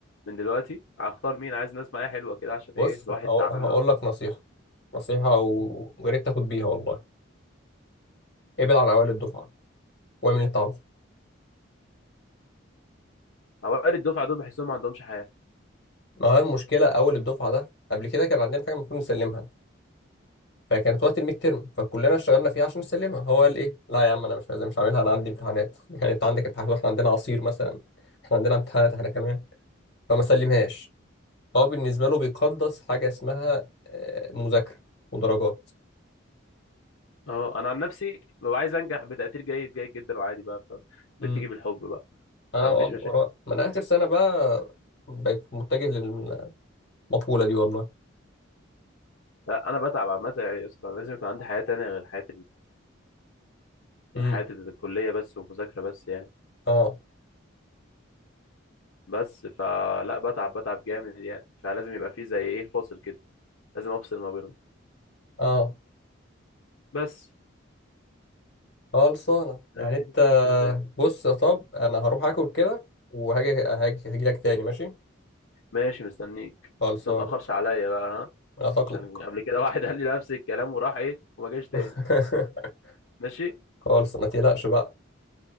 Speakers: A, on the left; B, on the left.
A: من دلوقتي هختار مين عايز ناس معايا حلوة كده عشان
B: بص
A: ايه الواحد
B: أهو-
A: تعبان
B: هقول
A: له
B: لك نصيحة نصيحة و- ويا ريت تاخد بيها والله ابعد عن أوائل الدفعة واعمل اللي أنت عاوزه
A: اوائل الدفعة دول بحسهم ما عندهمش حياة
B: ما هو المشكلة أول الدفعة ده قبل كده كان عندنا حاجة المفروض نسلمها فكانت وقت الميد ترم فكلنا اشتغلنا فيها عشان نسلمها هو قال ايه لا يا عم انا مش عايز مش عاملها انا عندي امتحانات <laughs> يعني انت عندك امتحانات واحنا عندنا عصير مثلا احنا عندنا امتحانات احنا كمان فما سلمهاش هو بالنسبه له بيقدس حاجه اسمها آه، مذاكره ودرجات
A: اه انا عن نفسي ببقى عايز انجح بتقدير جيد جيد جدا وعادي بقى ف- بتيجي
B: امم
A: بالحب بقى
B: انا
A: ما
B: والله
A: فيش مشاكل
B: ورا ما انا اخر سنه بقى بقيت متجه للمقوله دي والله
A: لا انا بتعب عامة يعني يا اسطى لازم يكون عندي حياة تانية غير حياة غير
B: امم
A: حياتي الكلية بس ومذاكرة بس يعني
B: اه
A: بس فلا بتعب بتعب جامد يعني فلازم يبقى فيه زي ايه فاصل كده لازم افصل ما بينهم
B: اه
A: بس
B: خلصانه
A: أنا
B: يعني
A: دي-
B: انت
A: دي كل الفكرة يعني.
B: بص يا طب انا هروح اكل كده وهاجي هاجي هاجي لك تاني ماشي
A: ماشي مستنيك
B: خلصانه
A: بس ما تأخرش عليا بقى ها
B: هتقلق
A: عشان قبل كده <laughs> واحد قال لي نفس الكلام وراح ايه وما جاش تاني
B: <laughs>
A: ماشي
B: خالص ما تقلقش بقى